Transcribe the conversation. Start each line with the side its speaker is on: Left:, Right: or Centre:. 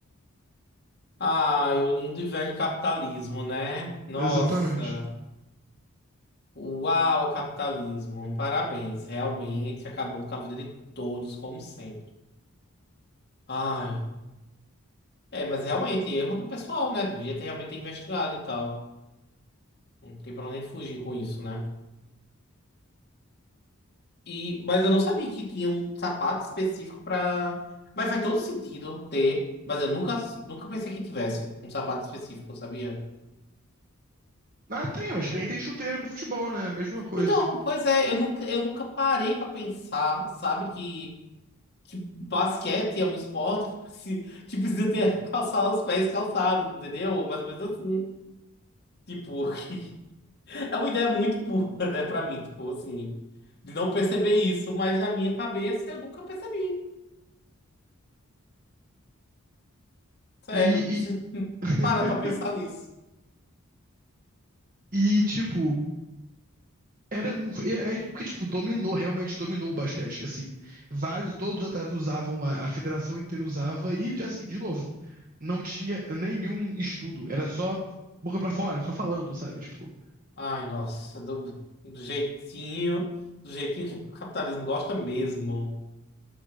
Left: Ai, o lindo e velho capitalismo, né? Nossa.
Right: Exatamente.
Left: Uau, capitalismo. Parabéns. Realmente acabando com a vida de todos, como sempre. Ai. É, mas realmente, erro do pessoal, né? Devia ter realmente investigado e tal. Não tem pra onde fugir com isso, né? E, mas eu não sabia que tinha um sapato específico pra. Mas faz todo sentido ter. Mas eu nunca, nunca pensei que tivesse um sapato específico, sabia?
Right: Ah, tem, mas
Left: Tipo,
Right: que nem tem chuteira pra futebol, né? Mesma coisa.
Left: Então, pois é, eu nunca, eu nunca parei pra pensar, sabe, que, que basquete é um esporte que preci- que precisa ter <laughs> calçado, os pés calçados, entendeu? Mais ou menos assim. Tipo, <laughs> que- é uma ideia muito burra, né, pra mim, tipo, assim, de não perceber isso, mas na minha cabeça eu nunca percebi. Sério.
Right: E, e, <laughs>
Left: E para pra pensar nisso.
Right: e tipo, Era, mu- é, é, porque, tipo, dominou, realmente dominou o basquete, assim. Vários, todos os atletas usavam, a, a federação inteira usava, e, assim, de novo, não tinha nenhum estudo. Era só boca pra fora, só falando, sabe? Tipo,
Left: Ai, nossa, do, do jeitinho, do jeitinho que o capitalismo gosta mesmo.